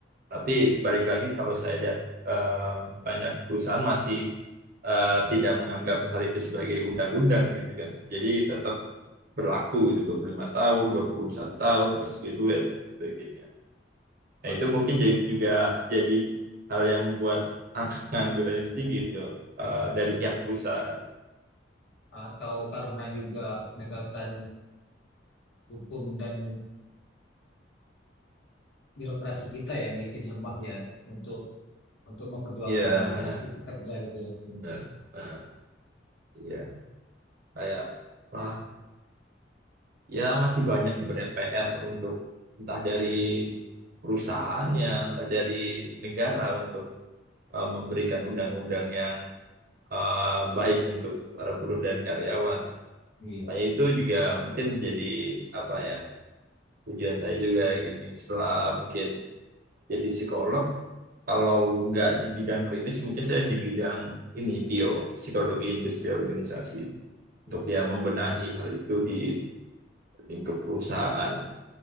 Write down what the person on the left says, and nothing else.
Ah,
iya.
Atau karena juga penegakan hukum dan birokrasi kita yang bikin lemah ya untuk untuk memperjuangkan
nasib pekerja gitu ya.
Iya,
iya.